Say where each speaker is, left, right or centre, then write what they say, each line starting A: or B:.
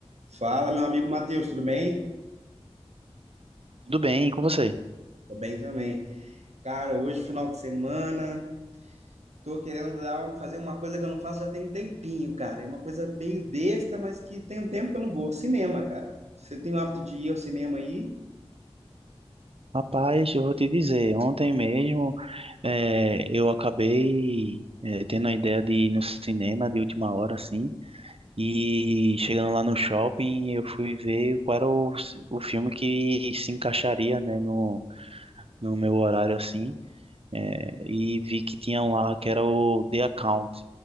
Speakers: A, on the right; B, on the right.
A: Fala, meu amigo Matheus, tudo bem?
B: Tudo bem e com você?
A: Tô bem também. Cara, hoje, final de semana, tô querendo dar um- fazer uma coisa que eu não faço já tem um tempinho, cara. É uma coisa meio besta, mas que tem um tempo que eu não vou. Cinema, cara. Você tem o hábito de ir ao cinema aí?
B: Rapaz, eu vou te dizer, ontem mesmo eh, eu acabei eh, tendo a ideia de ir no cinema de última hora, assim, e chegando lá no shopping, eu fui ver qual era o, o filme que se encaixaria, né, no, no meu horário, assim, eh, e vi que tinha um lá que era o The Account,